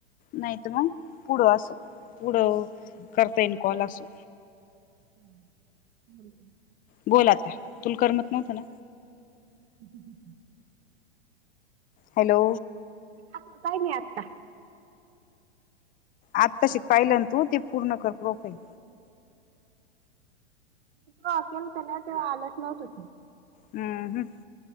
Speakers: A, on the left; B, on the right.
A: नाही त म पुढं अस पुढं करता येन कॉल असं.
B: हम् हम्म हम्म
A: बोल आता तुला करमत नव्हतं ना?
B: <inaudible>
A: हॅलो
B: आत्ता काही नाही आत्ता.
A: आताशी पाहिलं ना तू ते पूर्ण कर प्रोफईल.
B: <unintelligible> त्यांना ते आलंच नव्हत की.
A: हम्म हम्म